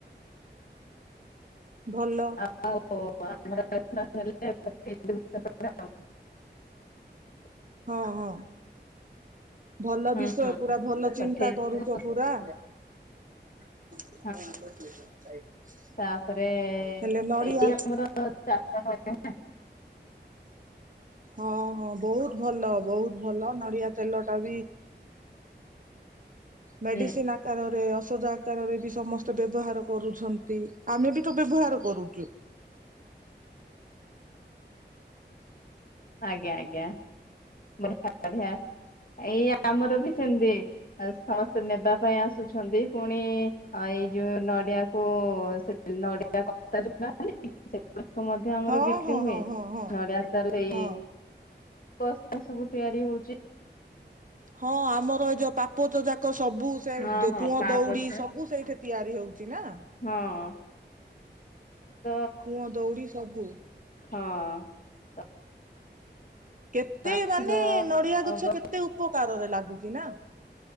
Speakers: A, on the right (about 45°); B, on the left (about 50°).
A: ଭଲ
B: <unintelligible> <unintelligible>
A: ହଁ ହଁ। ଭଲ
B: ହୁଁ
A: ବିଷୟ ପୁରା ଭଲ
B: ପଠେଇଦେବୁ
A: ଚିନ୍ତା କରୁଚ ପୁରା
B: <unintelligible>
A: <unintelligible>
B: ତାପରେ
A: ହେଲେ ନଡିଆ
B: ଏଇ। <unintelligible>
A: ହଁ ହଁ ବହୁତ ଭଲ ବହୁତ ଭଲ ନଡିଆ ତେଲ ଟା ବି ମେଡିସିନ୍
B: ହୁଁ
A: ଆକାରରେ ଆସ୍ ଔଷଧ ଆକାରରେ ବି ସମସ୍ତେ ବ୍ୟବହାର କରୁଛନ୍ତି ଆମେ ବି ତ ବ୍ୟବହାର କରୁଚୁ।
B: <unintelligible> ଆଜ୍ଞା ଆଜ୍ଞା। <unintelligible> ଏଇ ଆମର ବି ସେମିତି ସମସ୍ତେ ନେବା ପାଇଁ ଆସୁଛନ୍ତି, ପୁଣି ଏ ଏଇ ଯୋଉ ନଡିଆକୁ ସେ ନଡିଆ କତା। <unintelligible> ମଧ୍ୟ ଆମର
A: ହଁ
B: ବିକ୍ରି
A: ହଁ
B: ହୁଏ
A: ହଁ ହଁ ହଁ।
B: ନଡ଼ିଆ ତାର ଏଇ
A: ହଁ
B: ଆ ସବୁ ତିଆରି ହଉଚି।
A: ହଁ ଆମର ଏ ଯୋଉ ପାପଚ ଯାକ ସବୁ ସେ
B: ହଁ ହଁ
A: କୂଅ
B: ପା
A: ଦଉଡି
B: ପୋଛା
A: ସବୁ ସେଇଠି ତିଆରି ହଉଚି ନା। ଆ
B: ହଁ ତ
A: କୂଅ ଦଉଡି ସବୁ
B: ହଁ।
A: କେତେ
B: ଆର୍ଥିକ
A: ମାନେ ନଡିଆ
B: ଅବ-
A: ଗଛ କେତେ ଉପକାରରେ ଲାଗୁଚି ନା।